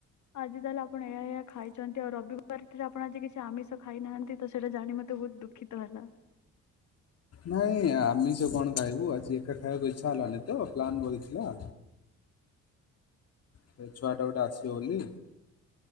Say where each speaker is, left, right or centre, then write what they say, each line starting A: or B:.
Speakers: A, on the left (about 70°); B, on the left (about 55°).
A: ଆଜି ତାହେଲେ ଆପଣ ଏହା ଏହାଆ ଖାଇଛନ୍ତି, ଆଉ ରବିବାର ରେ ଆପଣ ଆଜି କିଛି ଆମିଷ ଖାଇନାହାନ୍ତି, ତ ସେଇଟା ଜାଣି ମୋତେ ବହୁତ ଦୁଃଖ ଖିତ ହେଲା।
B: ନାଇଁ ଆମିଷ କଣ ଖାଇବୁ ଆଜି ଏକା ଖାଇବାକୁ ଇଚ୍ଛା ହେଲାନି ତ ପ୍ଲାନ୍ ରହିଥିଲା। ସେଭ୍ଛୁଆ ଟା ଗୋଟେ ଆସିବ ବୋଲି।